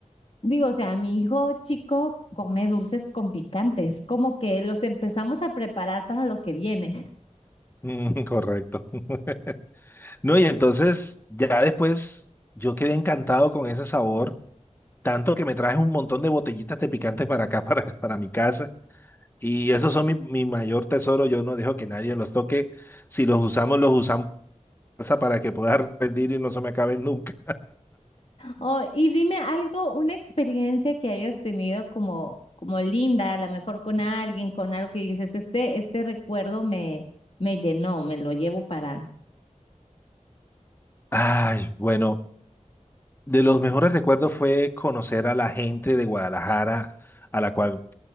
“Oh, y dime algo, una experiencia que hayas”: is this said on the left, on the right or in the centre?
Left